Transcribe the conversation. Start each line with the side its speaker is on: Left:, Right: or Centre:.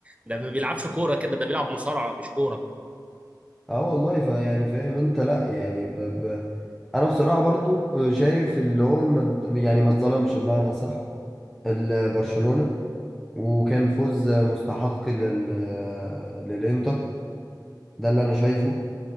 Right: ده ما بيلعبش كورة كده ده بيلعب مصارعة مش كورة
Centre: اه والله فيعني فاهم انت لا يعني ب... ب... انا بصراحه برضو شايف اللي هو ما... يعني ما اتظلمش بمعنى صح برشلونه وكان فوز مستحق لل... للانتر ده اللي انا شايفه